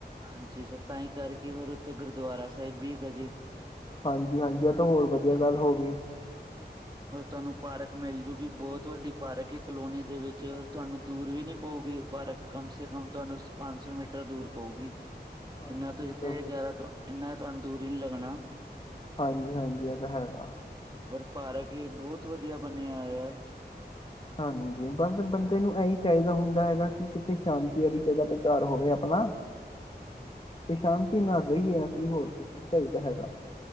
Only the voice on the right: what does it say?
ਹਾਂਜੀ ਤੇ ਤਾਂ ਹੀ ਕਰਕੇ ਹੋਰ ਉੱਥੇ ਗੁਰਦੁਆਰਾ ਸਾਹਿਬ ਵੀ ਹੈਗਾ ਜੀ
ਹੋਰ ਤੁਹਾਨੂੰ ਪਾਰਕ ਮਿਲ ਜੂਗੀ ਬਹੁਤ ਵੱਡੀ ਪਾਰਕ ਹੈ ਕਲੋਨੀ ਦੇ ਵਿੱਚ ਹੋਰ
ਤੁਹਾਨੂੰ
ਦੂਰ ਵੀ ਨੀ ਪਊਗੀ ਉਪਾਰਕ ਕਮ ਸੇ ਕਮ ਤੁਹਾਨੂੰ ਪੰਜ ਸੌ ਮੀਟਰ ਦੂਰ ਪਊਗੀ
ਇੰਨਾ ਤੁਸੀਂ
ਤੇ ਜ਼ਿਆਦਾ ਇਨਾ ਤੁਹਾਨੂੰ ਦੂਰ ਹੀ ਨਹੀਂ ਲੱਗਣਾ
ਰ ਪਾਰਕ ਹੀ ਬਹੁਤ ਵਧੀਆ ਬਣਿਆ ਹੋਇਆ ਹੈ